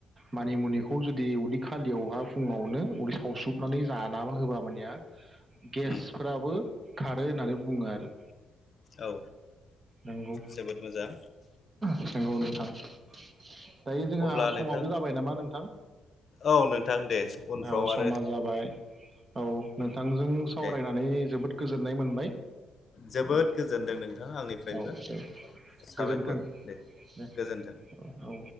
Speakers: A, on the right (about 30°); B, on the left (about 45°).
A: मानिमुनिखौ जु दि उदै खालियावहा फुङावनो उदै संनानै जाना होबा मानिया गेसफ्राबो
B: उम
A: खारो होननानै बुङो आरो।
B: औ
A: नंगौ
B: जोबोद मोजां
A: नंगौ नोंथां दायो जोंहा
B: अब्ला
A: समावबो
B: नोंथां
A: जाबाय नामा नोंथां?
B: औ नोंथां दे उनफ्राव
A: औ
B: आ
A: समा जाबाय औ नोंथांजों सावरायनानै
B: दे
A: जोबोद गोजोननाय मोनबाय
B: जोबोद
A: दे
B: गोजोनदों नोंथां आंनिफ्रायबो
A: औ दे
B: साबायखर
A: गोजोन्थों
B: दे
A: दे
B: गोजोन्थों
A: औ औ।